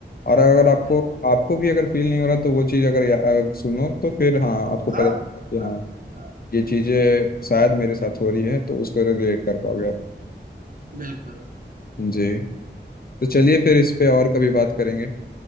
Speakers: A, on the left (about 55°); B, on the right (about 50°).
A: और अगर आपको
B: बिल्कुल
A: आपको भी अगर फील नहीं हो रहा तो वो चीज अगर या- अ, सुनो तो फिर हाँ आपको
B: हाँ
A: पता चलता है कि
B: हाँ
A: हाँ
B: हाँ
A: ये चीजें शायद मेरे साथ हो रही है तो उसको रिलेट कर पाओगे आप
B: बिल्कुल
A: जी तो चलिए फिर इस पे और कभी बात करेंगे